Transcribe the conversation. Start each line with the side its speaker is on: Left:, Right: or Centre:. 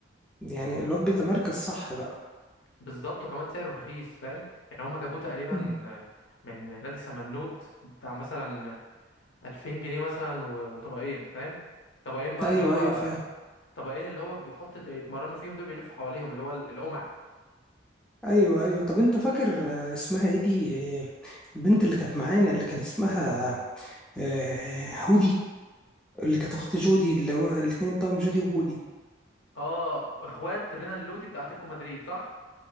Centre: يعني الواد بيتمركز صح بقى
Left: بالظبط وكمان سعره رخيص فاهم يعني هما جابوه تقريبا
Centre: امم
Left: من نادي سمنود بتاع مثلا 2000 جنيه مثلا و- وطبقين فاهم طبقين بقى
Centre: ايوه
Left: اللي هو
Centre: ايوه فاهم
Left: طبقين اللي هو بتحط يتمرنوا فيهم دول بيلفوا حواليهم اللي هو القمع
Centre: ايوه ايوه طب انت فاكر آه، اسمها ايه دي آه، البنت اللي كانت معانا اللي كان اسمها آه، هودي اللي كانت اخت جودي اللي هو الاتنين توام جودي وهودي
Left: اه اخوات رينا اللودي بتاع اتلتيكو مدريد صح